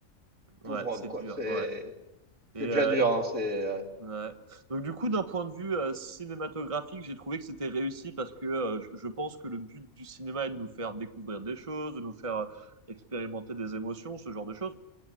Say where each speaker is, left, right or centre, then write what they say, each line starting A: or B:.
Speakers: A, on the right (about 85°); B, on the right (about 25°).
A: pauvre
B: Ouais,
A: homme,
B: c'est
A: quoi.
B: dur,
A: C'est,
B: ouais. Et
A: c'est déjà
B: euh,
A: dur, hein, C'est, euh,
B: ouais. Donc du coup, d'un point de vue euh, cinématographique, j'ai trouvé que c'était réussi parce que euh, je je pense que le but du cinéma est de nous faire découvrir des choses, de nous faire euh, expérimenter des émotions, ce genre de choses.